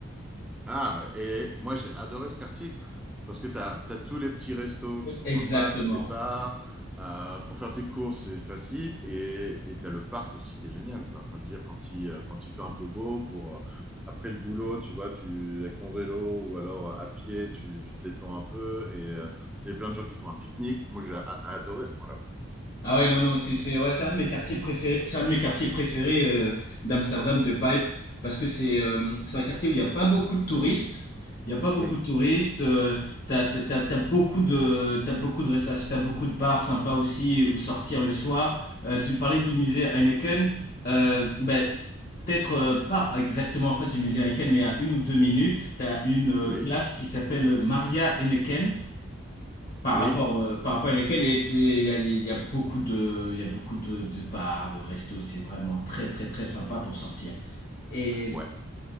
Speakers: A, in the centre; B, on the left.
A: Ah, et moi, j'ai adoré ce quartier parce que tu as, tous les petits restos qui sont
B: Exactement.
A: sympas, tu as des bars. euh, pour faire tes courses, c'est facile. Et tu as le parc aussi qui est génial, quoi. Enfin, je veux dire, quand il, euh, quand il fait un peu beau, pour, euh, après le boulot, tu vois, tu, avec ton vélo ou alors euh, à pied, tu, tu te détends un peu. Et euh, il y a plein de gens qui font un pique-nique. Moi, j'ai a- adoré ce coin-là.
B: Ah ouais, non, non, c'est c'est- ouais, c'est un de mes quartiers préférés, c'est un de mes quartiers préférés euh, d'Amsterdam, de Pipe, parce que c'est euh, c'est un quartier où il n'y a pas beaucoup de touristes. Il n'y a pas beaucoup
A: Oui,
B: de touristes. euh, t'as, t'as, t'as- t'as beaucoup de, t'as beaucoup de restauration, t'as beaucoup de bars sympas aussi où sortir le soir. Euh, tu me parlais du musée Heineken. Euh, ben, peut-être euh, pas exactement en face du musée Heineken, mais à une ou deux minutes, t'as une euh,
A: oui.
B: place qui s'appelle Maria Heineken. Par
A: Oui,
B: rapport, euh, par rapport à lesquels, et c'est, il y a, il y a beaucoup de, il y a beaucoup de, de bars, de restos, c'est vraiment très très très sympa pour sortir. Et
A: ouais.